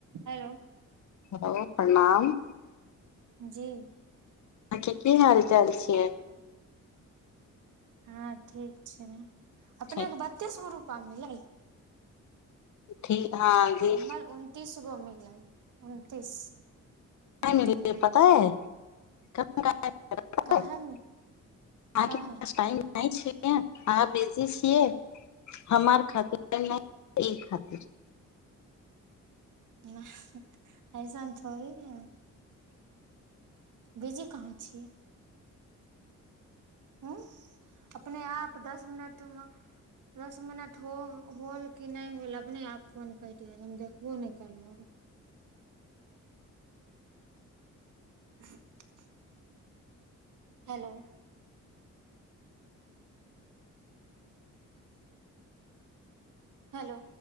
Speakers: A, on the right (about 75°); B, on the left (about 65°).
A: hello
B: hello प्रणाम
A: जी
B: आहाँ के की हाल चाल छियै
A: हँ ठीक छै अपनेके
B: ठीक
A: बत्तीस गुरुप पामिल
B: ठीक हँ जी
A: हमर उनतीस गो मिललै उनतीस ट्वेंटी
B: नहि नहिल
A: नाइन
B: पता है <unintelligible>
A: काहेमे
B: अहाँके
A: काहे
B: पास टाइम नहि छ अहाँ बिजी छियै हमार खातिर नहि ई खातिर
A: न अयसान थोड़ी ना हए बीजी कहाँ छियै ह अपने आप दस मिनटमे दस मिनट हो होल कि नहि होल अपने आप फोन कटि गेल हम देखबो नहि करलहु <inaudible> हेलो हेलो